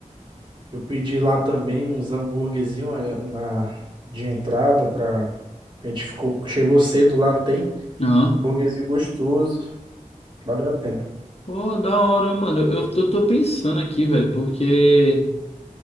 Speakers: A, on the right; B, on the left.
A: eu pedi lá também uns hambúrguerzinho eh, na de entrada pra a gente ficou chegou cedo lá, não tem?
B: Aham.
A: Hambúrguerzinho gostoso, valeu a pena.
B: Pô, da hora, mano. Eu, eu tô tô pensando aqui, velho, porque.